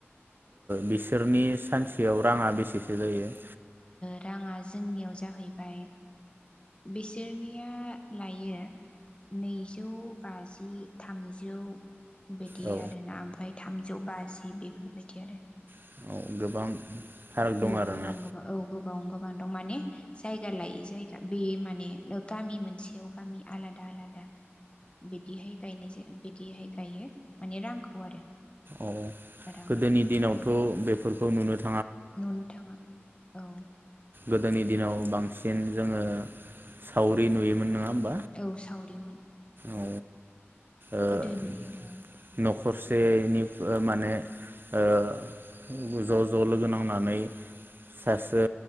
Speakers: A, on the right; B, on the left.
A: बिसोरनि सानसेयाव राङा बेसेसो जायो
B: राङा जोंनियाव जाहैबाय बिसोरनिया लायो नैजौ बाजि थामजौ बिदि
A: औ
B: आरोना ओमफ्राय थामजौ बाजि बेफोरबायदि आरो
A: औ गोबां फाराग
B: औ
A: दं आरोना
B: गोबां गोबां औ गोबां गोबांनो दा माने जायगा लायै जायगा बे माने गामि मोनसेयाव गामि आलादा आलादा बिदिहाय गायनाय जायो बिदिहाय गायो माने रांखौ आरो
A: औ
B: राङा
A: गोदोनि दिनावथ
B: औ
A: बेफोरखौ नुनो थाखाय
B: नुनो थाङा औ
A: गोदोनि दिनाव बांसिन जोङो सावरि नुयोमोन नङा
B: औ सावरिमोन
A: औ ओ
B: गोदोनि औ
A: नखरसेनि माने ज ज लोगो नांनानै सासे